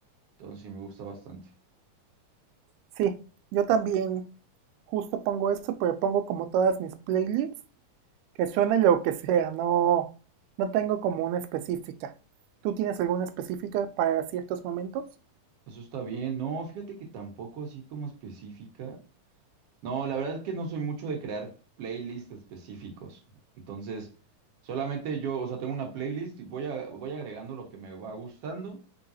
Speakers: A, on the right; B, on the right.
A: Entonces sí me gusta bastante.
B: Sí, yo también justo pongo eso, pero pongo como todas mis playlists, que suene lo que sea, no, no tengo como una específica. ¿Tú tienes alguna específica para ciertos momentos?
A: Eso está bien. No, fíjate que tampoco así como específica. No, la verdad es que no soy mucho de crear playlists específicos. Entonces, solamente yo, o sea, tengo una playlist y voy a, voy agregando lo que me va gustando.